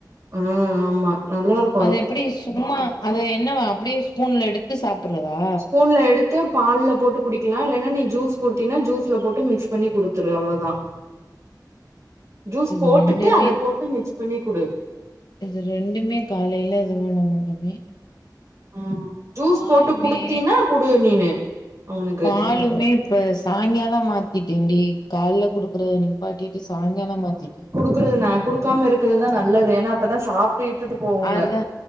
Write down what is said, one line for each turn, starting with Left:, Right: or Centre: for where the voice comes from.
Right: ஆ ஆமா நல்லா இருக்
Left: அது எப்படி சும்மா அத என்னவா அப்டியே ஸ்பூன்ல எடுத்து சாப்புட்றதா?
Right: ஸ்பூன்ல எடுத் து பால்ல போட்டு குடிக்கலா இல்லன்னா நீ ஜூஸ் குடுத்தீனா ஜூஸ்ல போட்டு மிக்ஸ் பண்ணி குடுத்துரு அவ்ளோதா
Left: <unintelligible>
Right: ஜூஸ் போட்டுட்டு
Left: ரெண்டுமே
Right: அத போட்டு மிக்ஸ் பண்ணி குடு
Left: இது ரெண்டுமே காலைல இதுங்கனுமே
Right: ம் ஜூஸ்
Left: பாலுமே
Right: போட்டு குடுத்தீன்னா குடு நீனு அவனுக்கு
Left: பாலுமே இப்ப சாங்கால மாத்திட்டேன்டி காலைல குடுக்குறத நிப்பாட்டிட்டு சாயங்காலம் மாத்திட்டே
Right: குடுக்குறது நா குடுக்காம இருக்கிறதுதா நல்லது ஏன்னா அப்பதா சாப்ட்டு இப்ட்டுட்டு போகுங்க
Left: அதா